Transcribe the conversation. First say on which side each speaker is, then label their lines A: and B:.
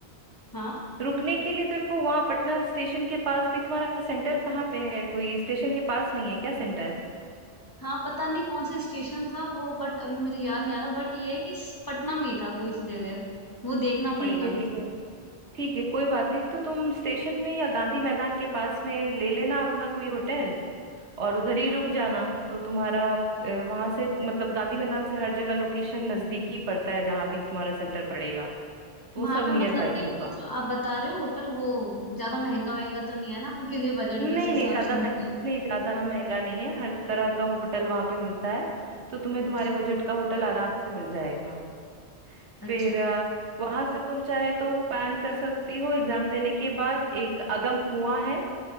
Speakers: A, on the left (about 20°); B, on the right (about 85°).
A: हाँ
B: रुकने के लिए देखो वहां पटना स्टेशन के पास भी तुम्हारा सेंटर कहाँ पे है कोई स्टेशन के पास में ही है क्या सेंटर
A: हाँ पता नहीं कौन सा स्टेशन था वो बट अभी मुझे याद नहीं आ रहा बट ये है कि पटना में ही था कोई सी जगह वो देखना
B: ठीक
A: पड़ेगा
B: है
A: मुझे
B: ठीक है ठीक है कोई बात नहीं तो तुम स्टेशन में या गांधी मैदान के पास में ले लेना अपना कोई होटल और उधर ही रुक जाना तो तुम्हारा वहां से मतलब गांधी मैदान से हर जगह लोकेशन नजदीक ही पड़ता है जहां भी तुम्हारा सेंटर पड़ेगा तो वो
A: वहां
B: सब
A: पे
B: नियर
A: मतलब
B: बाई
A: कि
B: ही होगा
A: वो जो आप बता रहे हो होटल वो ज्यादा महंगा वहंगा तो नहीं है ना क्योंकि बजट
B: नहीं
A: भी उस हिसाब
B: नहीं ज्यादा
A: से होना
B: महंगा
A: चाहिए
B: नहीं ज्यादा महंगा नहीं है हर तरह का होटल वहां पे मिलता है तो तुम्हें
A: अच्छा
B: तुम्हारे बजट का होटल आराम से मिल जाएगा
A: अच्छा
B: फिर अ, वहां से तुम चाहे तो पैन कर सकती हो एग्जाम देने के बाद एक अगम कुआं है